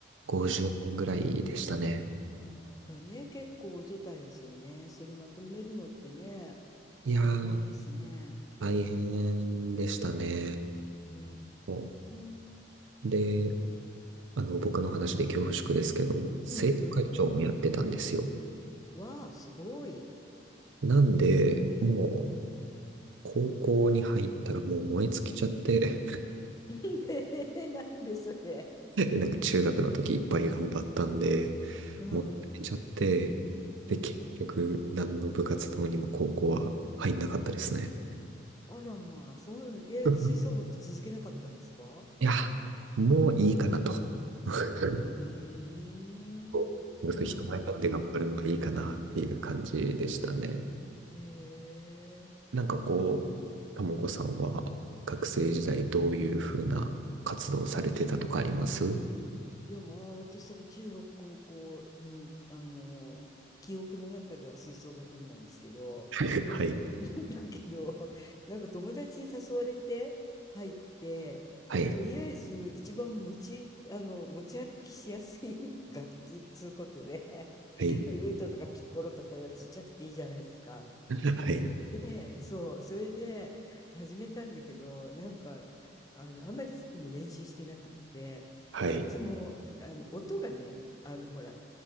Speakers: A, on the right (about 75°); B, on the left (about 20°).
A: 50人ぐらいでしたね。
B: うん、あー、やっぱりね、結構除帯ですよね。それまとめるのってね、
A: いやー、
B: 大変ですね。
A: 大変でしたね。
B: うー
A: もう
B: ん。
A: で、あの、僕の話で恐縮ですけど、生徒会長もやってたんですよ。
B: うん、どうぞどうぞ。わあ、すごい。
A: なんで、もう、
B: うん。
A: 高校に入ったらもう燃え尽きちゃって、
B: <laughs> えーなんでそれ。
A: <laughs> なんか中学の時いっぱい頑張ったんで、
B: うん、
A: 持ってれちゃって、
B: うん。
A: で、結局、何の部活動にも高校は入んなかったですね。
B: あらまあ、そうなん、え、
A: <laughs>
B: 吹奏楽続けなかったんですか
A: いや、もういいかなと。<laughs>
B: うーん、
A: こうそう人前立って頑張るのはいいかなっていう感じでしたね。
B: そうなんだ。へ
A: なんかこう、
B: え。へえ
A: ともこさんは学生時代どういうふうな活動をされてたとかあります <laughs>
B: いやー、私、だから中学、高校、うん、あのー記憶の中では吹奏楽部なんですけど、
A: はい。
B: <laughs> だけど、なんか友達に誘われて入って、
A: はい。
B: とりあえず一番持ち、あの、持ち歩きしやすい <laughs> 楽器っつうことで、
A: はい。
B: フルートとかピッコロとかがちっちゃくていいじゃないですか。
A: はい。
B: で、そう、それで始めたんだけど、なんか、あの、あんまりにも練習してなくって、
A: はい。
B: いつも、なんか、あの、音がね、あの、ほら、